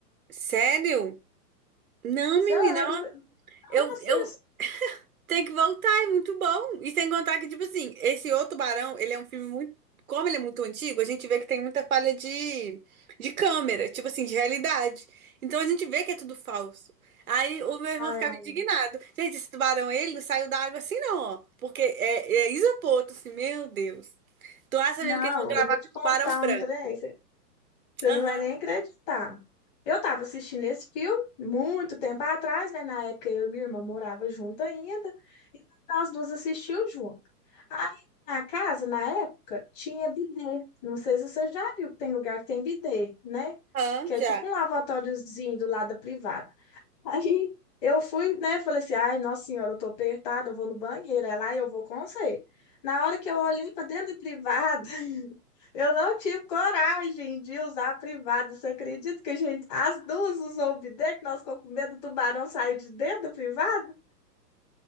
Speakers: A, on the right; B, on the left.
A: Sério? Não,
B: Sério,
A: menina. ó,
B: eu
A: Eu,
B: não assisto.
A: eu Tem que voltar, é muito bom. E sem contar que, tipo assim, esse O Tubarão, ele é um filme muito. Como ele é muito antigo, a gente vê que tem muita falha de, de câmera, tipo assim, de realidade. Então a gente vê que é tudo falso. Aí o meu irmão
B: Ai,
A: ficava
B: ai,
A: indignado. Gente, esse tubarão, ele não saiu da água assim, não, ó. Porque é, é isopor, tô assim, meu Deus. Tu acha
B: não,
A: mesmo que eles vão gravar
B: eu vou te
A: com o
B: contar
A: tubarão branco?
B: um trem. Você
A: Aham,
B: não vai nem acreditar. Eu estava assistindo esse filme muito tempo atrás, né? Na época eu e minha irmã morava junto ainda, e nós duas assistimos junto. Aí na casa, na época, tinha bidê. Não sei se você já viu que tem lugar que tem bidê, né?
A: aham,
B: Que é
A: já.
B: tipo um lavatóriozinho do lado da privada. Aí eu fui, né? Falei assim: ai, nossa senhora, eu tô apertada, eu vou no banheiro, é lá e eu vou com você. Na hora que eu olhei para dentro do privado, eu não tive coragem de usar privado. Você acredita que a gente, as duas usou o bidê, que nós ficamos com medo do tubarão sair de dentro do privado?